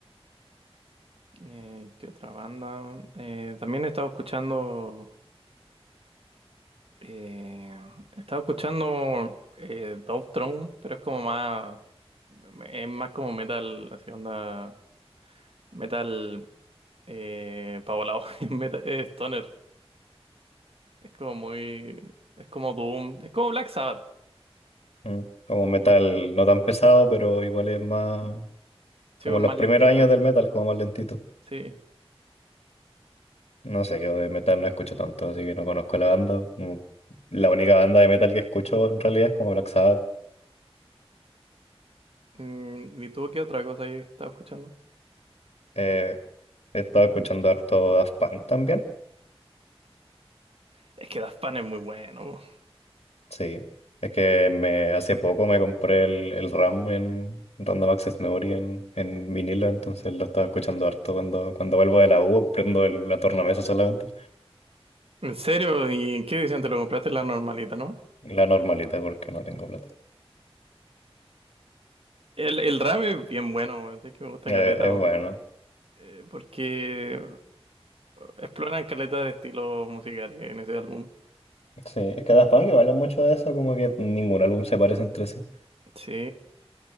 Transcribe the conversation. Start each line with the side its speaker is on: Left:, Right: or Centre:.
Right: Eh, ¿qué otra banda? Eh, también he estado escuchando. Eh, estaba escuchando eh, Dove Throne, pero es como más. Es más como metal, así onda. Metal. Eh, pavolao, metal, eh, <laughs> stoner. Es como muy. Es como Doom. Es como Black Sabbath.
Left: Mm. Como metal no tan pesado, pero igual es más
Right: Sí,
Left: como
Right: es
Left: los
Right: más
Left: primeros
Right: lentito.
Left: años del metal, como más lentito.
Right: Sí.
Left: No sé, yo de metal no escucho tanto, así que no conozco la banda. Como La única banda de metal que escucho en realidad es como Black Sabbath.
Right: Mm, ¿y tú qué otra cosa ahí estaba escuchando?
Left: Eh, he estado escuchando harto Daft Punk también.
Right: Es que Daft Punk es muy bueno.
Left: Sí. Es que me, hace poco me compré el, el RAM en Random Access Memory en, en vinilo, entonces lo estaba escuchando harto cuando, cuando vuelvo de la U, prendo el- la tornamesa solamente.
Right: ¿En serio? ¿Y en qué edición te lo compraste? La normalita, ¿no?
Left: La normalita porque no tengo plata.
Right: El, el RAM es bien bueno, weón, sé que me gusta
Left: Eh,
Right: caleta,
Left: es
Right: weón.
Left: bueno.
Right: Eh, porque Exploran caleta de estilos musicales en ese álbum.
Left: Sí, es que Daft Punk igual es mucho de eso, como que ningún álbum se parece entre sí.
Right: Sí.